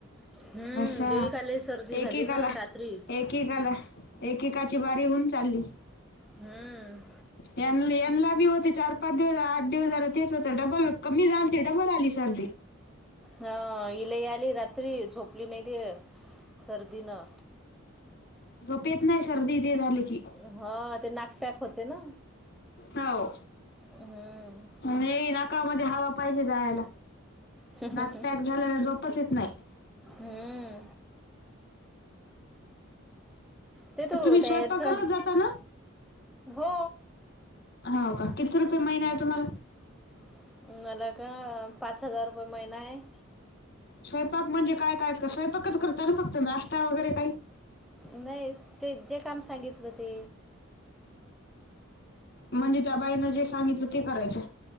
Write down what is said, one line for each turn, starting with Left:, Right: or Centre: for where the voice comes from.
Centre: हम्म
Left: घसा
Centre: देविका लई सर्दी झाली
Left: एकेकाला
Centre: ना रात्री
Left: एकेकाला एकेकाची बारी होऊन चालली
Centre: हम्म
Left: यांला बी होते चार पाच दिवस दिवस झाला तेच होत डबल कमी झाल त डबल आली सर्दी
Centre: ह इला आली रात्री झोपली नाही दे सर्दी न
Left: झोपेत नाही सर्दी इथे झाली की
Centre: हा ते नाकफॅक होते ना
Left: हो
Centre: हम्म
Left: आणि नाकाळमध्ये हवा पाहिजे जायला
Centre: ह्
Left: नाक
Centre: ह ह
Left: पॅक झाल्याने झोपच येत नाही
Centre: हम्म ते त
Left: तुम्ही स्वयंपाकालाच
Centre: त्याच आहे
Left: जाता ना
Centre: हो
Left: हो का किती रुपये महिना
Centre: हम्
Left: आहे तुम्हाला
Centre: मला का पाच हजार रुपये महिना आहे
Left: स्वयंपाक म्हणजे काय काय का स्वयंपाकच करतात ना फक्त नाश्ता वगैरे काही
Centre: नाही ते जे काम सांगितलं ते
Left: म्हणजे त्या बाईना जे सांगितलं ते करायचं